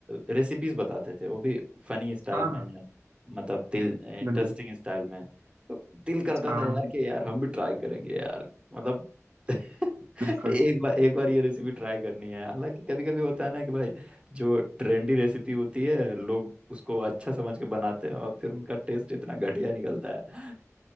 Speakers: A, on the right (about 20°); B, on the right (about 60°).
A: रेसिपीज बताते थे वो भी फनी स्टाइल
B: हाँ
A: में
B: हाँ
A: मतलब दिल इंटरेस्टिंग
B: बिल्कुल
A: स्टाइल में तो दिल करता
B: हाँ
A: था यार कि यार हम भी ट्राई करेंगे यार मतलब <laughs>
B: बिल्कुल
A: एक बार एक बार ये रेसिपी ट्राई करनी है हालांकि कभी कभी होता है ना कि भाई जो ट्रेंडी रेसिपी होती है लोग उसको अच्छा समझ के बनाते हैं और फिर उनका टेस्ट इतना घटिया निकलता है